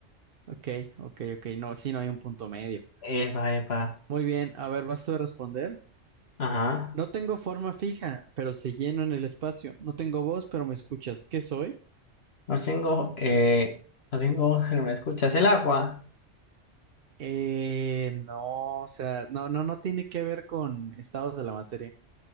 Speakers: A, on the right (about 55°); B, on the left (about 60°).
A: Ok, ok, ok. No, sí, no hay un punto medio.
B: Epa, epa.
A: Muy bien, a ver, vas tú a responder.
B: Ajá.
A: No tengo forma fija, pero se lleno en el espacio. No tengo voz, pero me escuchas. ¿Qué soy?
B: No tengo, eh, no tengo <laughs> voz, pero me escuchas el agua.
A: Eh, no, o sea, no, no, no tiene que ver con estados de la materia.